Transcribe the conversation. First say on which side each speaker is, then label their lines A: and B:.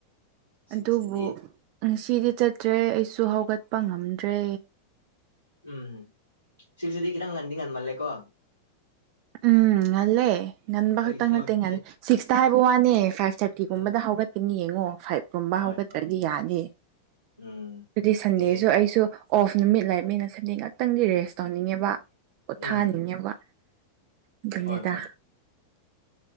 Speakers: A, on the right; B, on the right.
A: ꯑꯗꯨꯕꯨ
B: ꯁꯤꯛꯁꯇꯗꯤ
A: ꯉꯁꯤꯗꯤ ꯆꯠꯇ꯭ꯔꯦ ꯑꯩꯁꯨ ꯍꯧꯒꯠꯄ ꯉꯝꯗ꯭ꯔꯦ
B: ꯎꯝ ꯁꯤꯛꯁꯇꯗꯤ ꯈꯤꯇꯪ ꯉꯟꯗꯤ ꯉꯟꯃꯜꯂꯦꯀꯣ
A: ꯎꯝ ꯉꯜꯂꯦ ꯉꯟꯕ
B: ꯑꯩꯈꯣꯏꯒꯤꯗꯃꯛꯇꯤ
A: ꯈꯛꯇꯪ ꯅꯠꯇꯦ ꯉꯜꯂꯦ ꯁꯤꯛꯁꯇ ꯍꯥꯏꯕ ꯋꯥꯅꯦ ꯐꯥꯏꯚ ꯊꯥꯔꯇꯤꯒꯨꯝꯕꯗ
B: ꯎꯝ
A: ꯍꯧꯒꯠ ꯅꯤ ꯌꯦꯡꯉꯣ ꯐꯥꯏꯚ ꯀꯨꯝꯕ
B: ꯍꯣꯏ
A: ꯍꯧꯒꯠꯇ꯭ꯔꯗꯤ
B: ꯍꯣꯏ
A: ꯌꯥꯗꯦ
B: ꯎꯝ
A: ꯑꯗꯨꯗꯤ
B: ꯍꯥꯏꯗꯤ
A: ꯁꯟꯗꯦꯁꯨ ꯑꯩꯁꯨ ꯑꯣꯐ ꯅꯨꯃꯤꯠ ꯂꯩꯏꯅꯤꯅ ꯁꯟꯗꯦ ꯉꯥꯛꯇꯪꯒꯤ ꯔꯦꯁ ꯇꯧꯅꯤꯡꯉꯦꯕ ꯄꯣꯊꯥꯍꯟꯅꯤꯡꯉꯦꯕ
B: ꯎꯝ
A: ꯑꯗꯨꯅꯦꯗ
B: ꯍꯣꯏ ꯍꯣꯏ